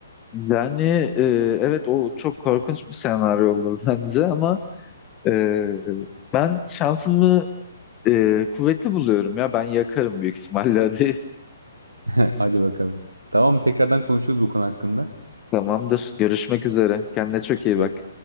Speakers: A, on the left (about 25°); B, on the right (about 85°).
A: Yani e, evet o çok korkunç bir senaryo olur <laughs> bence ama e, ben şansımı e, kuvvetli buluyorum ya ben yakarım büyük ihtimalle <laughs> hadi
B: <laughs> Hadi bakalım. Tamam tekrardan konuşuruz bu konu hakkında.
A: tamamdır görüşmek üzere kendine çok iyi
B: Güzel.
A: bak.